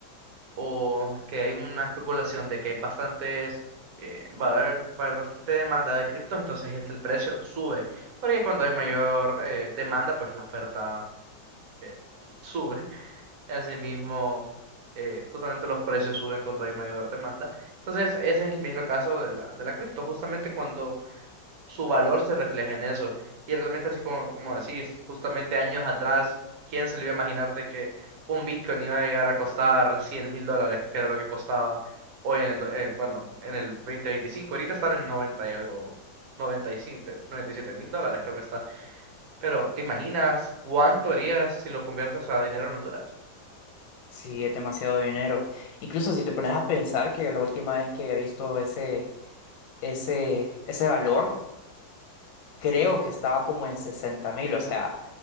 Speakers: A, on the right; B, on the left.
A: o que hay una especulación de que hay bastantes, eh, va a haber, va a haber bastante demanda de criptos, entonces este, el precio sube, porque cuando hay mayor eh, demanda, pues la oferta eh, sube. Asimismo, eh, justamente los precios suben cuando hay mayor demanda. Entonces, ese es el mismo caso de la, de la cripto, justamente cuando su valor se refleja en eso. Y realmente, así como, como decís, justamente años atrás, ¿quién se le iba a imaginar de que un Bitcoin iba a llegar a costar cien mil dólares, que era lo que costaba hoy en el, do- eh, bueno, en el dos mil veinticinco Ahorita están en 90 y algo, noventa noventa y siete noventa y siete mil dólares creo que está. Pero, ¿te imaginas cuánto harías si lo conviertes a dinero en Honduras?
B: Sí, es demasiado dinero. Incluso si te pones a pensar que la última vez que he visto ese, ese, ese valor creo que estaba como en sesenta mil, o sea,